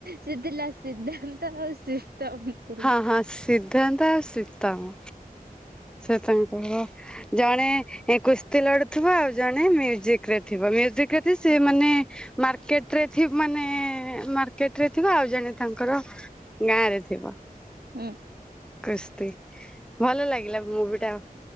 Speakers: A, on the right (about 90°); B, in the centre.
A: ସେ ଥିଲା ସିଦ୍ଧାନ୍ତ ଆଉ ଶ୍ରୀତମ। ଥିଲା।
B: ହଁ ହଁ ସିଦ୍ଧାନ୍ତ ଆଉ ଶ୍ରୀତମ। ସେ ତାଙ୍କର ଜଣେ କୁସ୍ତି ଲଡୁଥିବ ଆଉ ଜଣେ ମ୍ୟୁଜିକରେ ଥିବ ମ୍ୟୁଜିକରେ ଯିଏ ସିଏ ମାନେ ମାର୍କେଟରେ ଥି ମାନେ ମାର୍କେଟରେ ଥିବ ଆଉ ଜଣେ ତାଙ୍କର ଗାଁରେ ଥିବ।
A: ହୁଁ।
B: କୁସ୍ତି, ଭଲ ଲାଗିଲା ମୁଭିଟା।